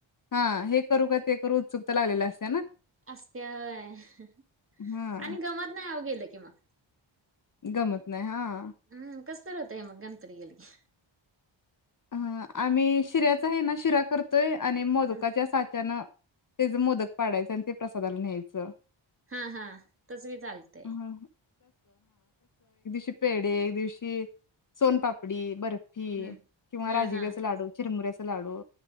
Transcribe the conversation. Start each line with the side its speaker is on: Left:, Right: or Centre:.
Left: हा हे करू का ते करू. सुुट्या लागलेलं असत्या.
Right: असतय होय
Left: हा
Right: आणि गमत नाही आ गेलं की मग.
Left: गमत नाही हा.
Right: हम्म कस तरी होतय, मग गणपती गेल की.
Left: ह आम्ही शिऱ्याचा आहे, ना शिरा करतोय. आणि मोदकाच्या
Right: हम्म
Left: साच्यान त्याच मोदक पाडायचं आणि ते प्रसादाला न्यायचं.
Right: हा, हा, तस बी चालत.
Left: हां, ची पेढ एक दिवशी सोनपापडी, बर्फी,
Right: हम्म
Left: किंवा
Right: हा
Left: राजीगीऱ्याचा
Right: हा
Left: लाडू, चीरमुऱ्याचा लाडू,